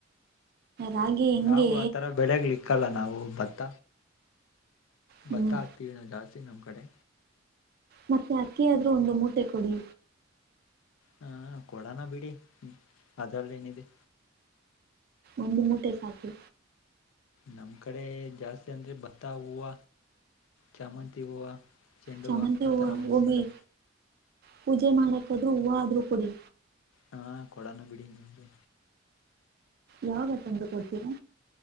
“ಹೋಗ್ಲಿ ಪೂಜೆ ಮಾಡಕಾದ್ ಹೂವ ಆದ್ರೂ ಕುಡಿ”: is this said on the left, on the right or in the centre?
Right